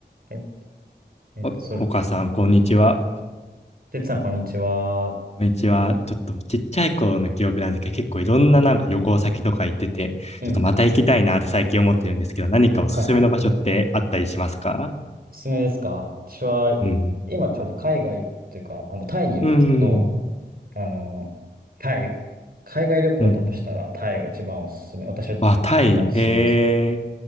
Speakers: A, on the right; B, on the left.
A: はいえっと、
B: お、
A: それ、
B: お母さん、
A: さ、
B: こんにちは。
A: てつさん、こんにちは。
B: こんにちは。ちょっとちっちゃい頃の記憶なんですけど、結構いろんななんか旅行先とか行ってて、
A: うん。
B: ちょっとまた行きたいなって最近思ってるんですけど、何かおすすめの場所ってあったりしますか
A: はいはいはい。おすすめですか私は、
B: うん。
A: 今ちょうど海外というか、あの、タイにいるんですけど、
B: うん。
A: あの、タイ、海外旅行だとしたら、
B: うんうん。
A: タイが一番おすすめ。私は一番おすすめです。
B: あ、タイ。えー、